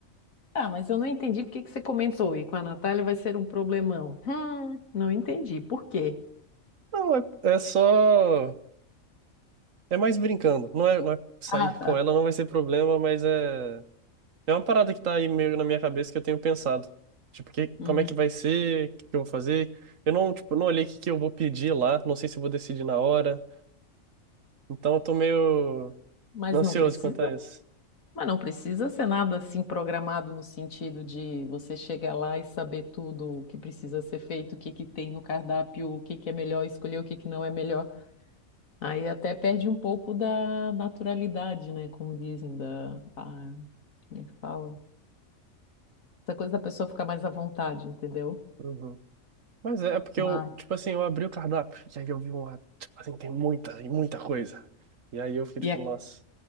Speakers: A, on the left; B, on the right.
A: Ah, mas eu não entendi por que que você comentou. E com a Natália vai ser um problemão. Hum, não entendi. Por quê?
B: Não, é, é só, é mais brincando. Não é, não é sair
A: Ah,
B: com
A: tá.
B: ela, não vai ser problema, mas é, é uma parada que tá aí meio na minha cabeça que eu tenho pensado. Tipo, que,
A: Hum,
B: como é que vai ser, o que que eu vou fazer. Eu não, tipo, não olhei o que que eu vou pedir lá, não sei se eu vou decidir na hora. Então eu tô meio
A: mas
B: ansioso
A: não precisa?
B: quanto a isso.
A: Mas não precisa ser nada assim programado no sentido de você chegar lá e saber tudo o que precisa ser feito, o que que tem no cardápio, o que que é melhor escolher, o que que não é melhor. Aí até perde um pouco da naturalidade, né? Como dizem, da... a- como é que fala? Essa coisa da pessoa ficar mais à vontade, entendeu?
B: Uhum. Mas é porque
A: Mas,
B: eu, tipo assim, eu abri o cardápio e aí eu vi uma, tipo assim, tem muita e muita coisa. E aí eu fiquei
A: E
B: tipo, nossa,